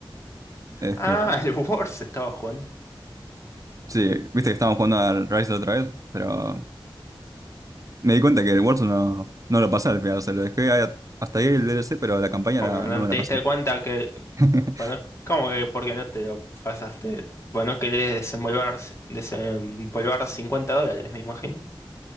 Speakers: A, on the right; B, on the left.
A: Es
B: Ah,
A: que...
B: el <laughs> Wars estaba jugando.
A: Sí, viste que estábamos jugando al Rise otra vez, pero... Me di cuenta que el Warzone no, no lo pasé al final, o sea, lo dejé a- hasta ahí el DLC, pero la campaña
B: ¿Cómo?
A: la-
B: ¿No
A: no me
B: te
A: la pasé.
B: diste cuenta que,
A: <laughs>
B: bueno, cómo que por qué no te lo pasaste? Bueno, querés desenvolver, desempolvar 50 dólares, me imagino.